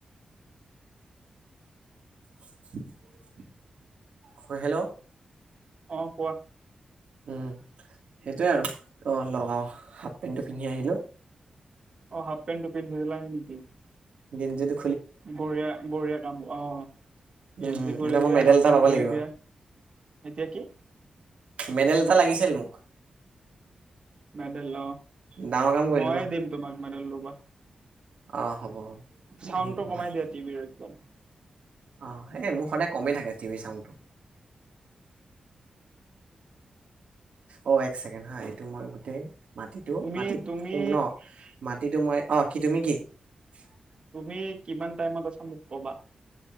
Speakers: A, on the right; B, on the right.
A: <inaudible> হয় হেল্ল
B: অ কোৱা
A: উম সেইটোৱে আৰু অ লগাও হাফ পেণ্টটো পিন্ধি আহিলো।
B: অ হাফ পেণ্টটো পিন্ধিছিলা নেকি?
A: গেঞ্জীটো
B: বঢ়িয়া বঢ়িয়া কাম অ গেঞ্জী
A: উম,
B: খুলি
A: এতিয়া মই
B: দিয়া,
A: মেডেল
B: হাফ
A: এটা
B: পেণ্ট
A: পাব
B: খুলি
A: লাগিব।
B: দিয়া। এতিয়া কি?
A: মেডেল এটা লাগিছিল মোক।
B: মেডেল ল।
A: ডাঙৰ কাম কৰিলোঁ
B: ময়ে
A: ন'
B: দিম তোমাক মেডেল লবা
A: অ' হ'ব হ'ব।
B: চাউণ্ডটো
A: বান্ধি দিব
B: কমাই
A: হাত
B: দিয়া টিভিৰ একদম
A: অ এই মোৰ সদায় কমেই থাকে টিভি চাউণ্ড টো। অ এক চেকেণ্ড হা এইটো মই গোটেই মাটিটো
B: তুমি
A: মাটিত
B: তুমি
A: সোম ন মাটিটো মই অ কি তুমি কি? <unintelligible>
B: তুমি কিমান টাইমত আছা মোক কবা।